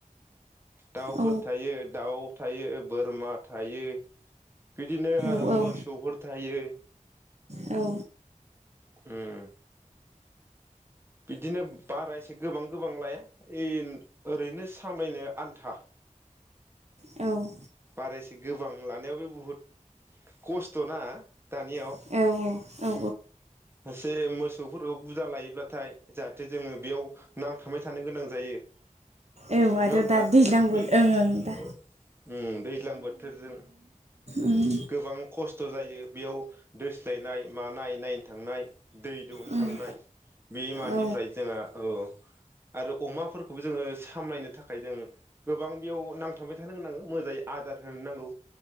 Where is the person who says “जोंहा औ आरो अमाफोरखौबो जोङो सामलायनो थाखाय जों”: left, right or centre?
Right